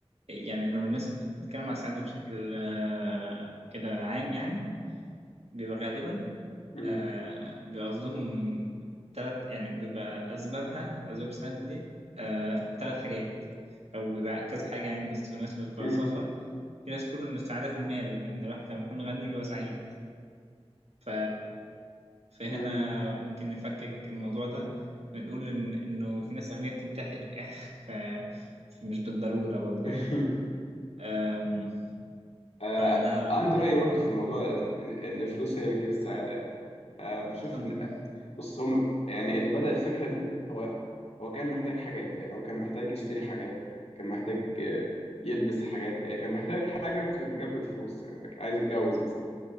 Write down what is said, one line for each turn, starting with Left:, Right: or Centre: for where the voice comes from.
Right: يعني لما الناس بتتكلم عن السعادة بشكل آه، كده عام يعني بيبقى غالبا
Left: مم.
Right: آه، بيبقى قصدهم تلات يعني بيبقى أسبابها أسباب السعادة دي آه، تلات حاجات أو بيبقى كذا حاجة يعني بس بالنسبة للفلسفة
Left: مم.
Right: في ناس تقول إن السعادة في المال إن الواحد لما يكون غني بيبقى سعيد ف... فهنا
Left: مم.
Right: ممكن نفكك الموضوع ده ونقول إن إنه في ناس أغنياء بتنتحر <laughs> يعني ف... فمش بالضرورة برضه
Left: <laughs>
Right: يعني
Left: آه،
Right: فده
Left: عندي رأي برضه في الموضوع إن إن الفلوس هي اللي بتجيب السعادة يعني آه، بشوف
Right: اتفضل
Left: إن بص هم يعني اللي بدأ الفكرة دي هو هو كان محتاج حاجات يعني هو كان محتاج يشتري حاجات كان محتاج آه، يلبس حاجات يعني كان محتاج حاجة بتجيب الفلوس يعني كان عايز يتجوز مثلا